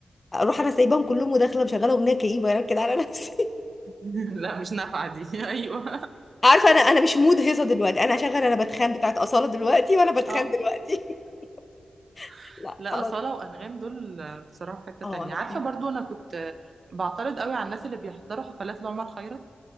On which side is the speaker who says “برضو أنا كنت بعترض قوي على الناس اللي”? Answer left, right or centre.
Right